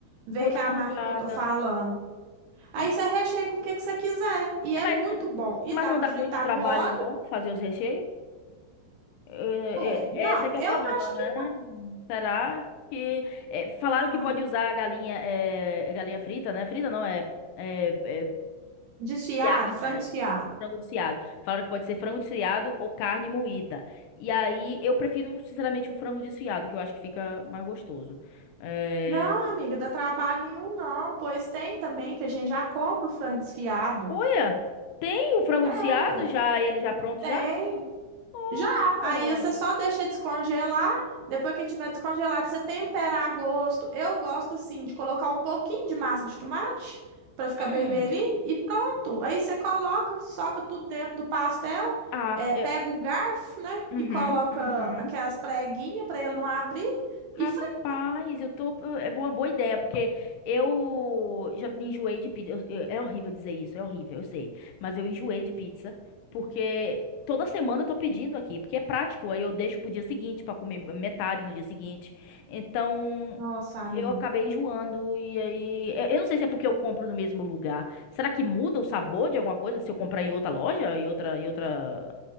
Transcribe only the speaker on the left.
Vou
dar
uma
olhada.
Hum,
Mas,
mas
não
dá
muito trabalho,
não, fazer os recheios? Eh,
eh, Esse é que é
o problema,
né?
Será que... eh, falaram
que pode usar a galinha, eh, galinha frita, né? Frita não, é, é, é
desfiada,
frango desfiado. Falaram que pode ser frango desfiado ou carne moída. E aí, eu prefiro, sinceramente, o frango desfiado, que eu acho que fica mais gostoso. É,
Olha, tem o frango
desfiado
já, ele já pronto
já? Oh.
Hum.
Ah,
eu...
Uhum,
uhum.
Rapaz,
eu tô. É uma boa ideia, porque eu já enjoei de pizza. Eu- eu- é horrível dizer isso, é horrível, eu sei. Mas eu enjoei de pizza, porque toda semana eu tô pedindo aqui, porque é prático. Aí eu deixo pro dia seguinte pra comer metade no dia seguinte. Então.
Eu acabei enjoando e aí. Eu eu não sei se é porque eu compro no mesmo lugar. Será que muda o sabor de alguma coisa se eu comprar em outra loja? Em outra, em outra...